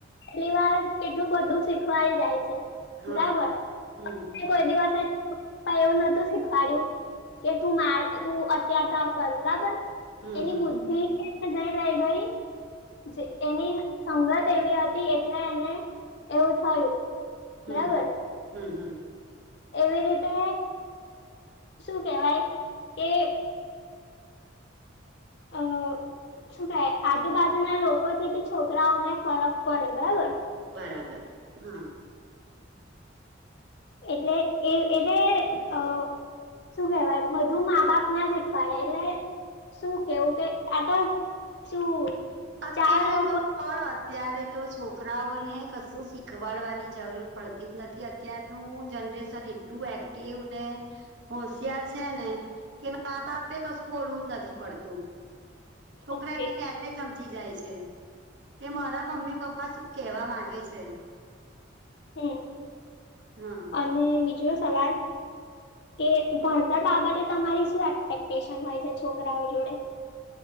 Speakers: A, on the left; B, on the right.
A: એટલી વાર કેટલું બધું શીખવાય જાય છે
B: હા
A: બરાબર
B: હમ હમ
A: કોઈ દિવસ એમ પણ એવું નતું શીખવાડય્યું કે તું મા તું અત્યાચાર કર બરાબર
B: હમ
A: એની
B: હમ
A: બુદ્ધિ જઈ લાઈ ગઈ જે એની સંગત એવી હતી એટલે એને એવું થયું
B: હમ
A: બરાબર
B: હમ હમ
A: એવી રીતે શું કેહેવાય કે એ અ અ શું કહે આજુબાજુ ના લોકો થી બી છોકરાઓને ફરક પડે બરાબર
B: બરાબર હા
A: એટલે એ એને અ શું કેહેવાય બધું મા બાપ ના શીખવાડે એટલે શું કેવું કે આ તો શું
B: અત્યારે
A: ચાર લોકો
B: તો પણો અત્યારે તો છોકરાઓને કશું શીખ શીખવાડવાની જરૂર પડતી જ નથી અત્યારનું જનરેશન એટલું એક્ટિવ ને હોશિયાર છે ને કે મા બાપે કશું બોલવું જ નથી પડતું છોકરાની
A: ઓકે
B: મેતે સમજી જાય છે કે મારા મમ્મી પપ્પા શું કેવા માંગે છે
A: હમ
B: હા
A: અને બીજો સવાલ કે ભણતર બાબતે તમારી શું એક્સપેક્ટેશન હોય છે છોકરાઓ જોડે <unintelligible>